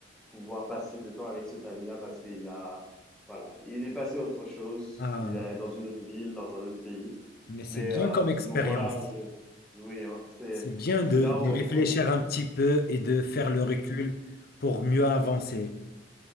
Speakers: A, in the centre; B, on the left.
A: pouvoir passer de temps avec cet ami-là parce qu'il a, voilà, il est passé à autre chose,
B: ah,
A: il est dans une autre ville, dans un autre pays.
B: mais c'est
A: Mais
B: bien
A: euh,
B: comme
A: ce
B: expérience.
A: moment-là, je, oui, hein, c'est,
B: C'est bien de,
A: c'est là
B: de
A: où
B: réfléchir
A: on,
B: un petit peu et de faire le recul
A: Mhm,
B: pour mieux avancer.